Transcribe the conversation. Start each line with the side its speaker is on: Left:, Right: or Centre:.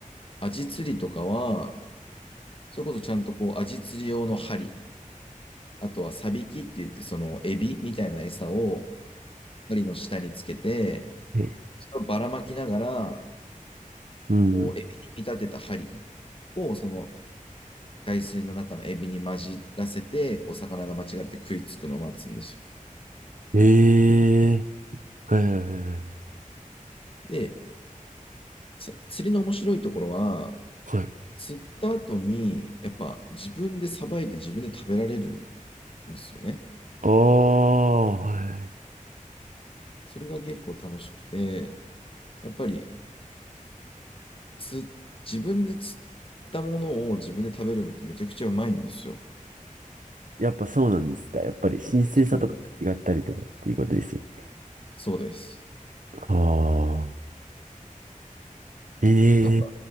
Left: アジ釣りとかは、それこそちゃんとこう、アジ釣り用の針、あとはサビキって言って、そのエビみたいな餌を針の下につけて、
Right: え、
Left: それをばらまきながら、
Right: うん。
Left: こう、エビに見立てた針を、その海水の中のエビに混じらせて、こう、魚が間違って食いつくのを待つんですよ。
Right: ええはい。は
Left: で、さ釣りの面白いところは、
Right: い。はい
Left: 釣った後に、やっぱ自分でさばいて自分で食べられるんですよね。
Right: ああ、は
Left: それが結構楽しくて、やっぱりつ自分で釣ったものを自分で食べるのってめちゃくちゃうまいんですよ。
Right: い。やっぱそうなんですか。やっぱり神聖さとかが違ったりとかっていうことですよね。
Left: そうなの。そうです。
Right: ああ。ええ
Left: だか